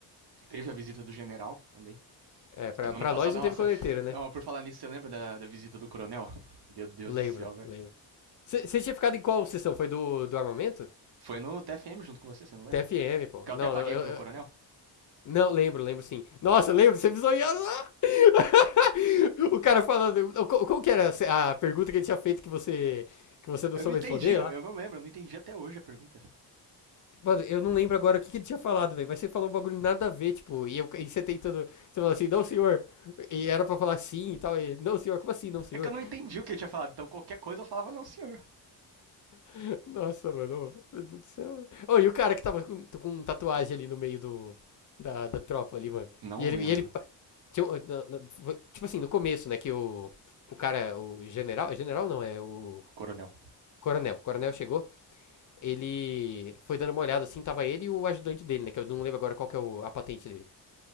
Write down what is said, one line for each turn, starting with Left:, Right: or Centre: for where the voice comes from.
Right: Teve a visita do general também.
Left: É, pra,
Right: Que no
Left: pra
Right: ano passado,
Left: nós não
Right: <laughs> nossa.
Left: teve coleteiro, né?
Right: Não, por falar nisso, você lembra da, da visita do coronel? Meu Deus
Left: Lembro,
Right: do céu, velho.
Left: lembro. Você tinha ficado em qual sessão? Foi do, do armamento?
Right: Foi no TFM junto com você, você não lembra?
Left: TFM, pô.
Right: Que
Left: Não,
Right: eu até paguei
Left: não, eu,
Right: pro
Left: eu-
Right: coronel?
Left: Não, lembro, lembro sim. Nossa, lembro, você visonhando lá! <laughs> o cara falando. co- Como que era a pergunta que ele tinha feito que você. que você não
Right: Eu
Left: soube
Right: não entendi,
Left: responder?
Right: eu- eu não lembro, eu não entendi até hoje a pergunta.
Left: Mano, eu não lembro agora o que, que ele tinha falado, velho. Mas você falou um bagulho nada a ver, tipo, e, eu, e você tentando. Você falou assim, não, senhor. E era pra falar sim e tal. E, não, senhor, como assim, não, senhor?
Right: É que eu não entendi o que ele tinha falado, então qualquer coisa eu falava, não, senhor.
Left: <laughs> Nossa, mano. ô, Meu Deus do céu, velho. Ô, e o cara que tava com, com tatuagem ali no meio do, da, da tropa ali, mano.
Right: Não
Left: E ele.
Right: lembro.
Left: E ele tinha um- na- na- foi- tipo assim, no começo, né, que o. O cara, o general. É general não, é o.
Right: O coronel.
Left: Coronel. O coronel chegou. Ele foi dando uma olhada assim, tava ele e o ajudante dele, né? Que eu não lembro agora qual que é o- a patente dele.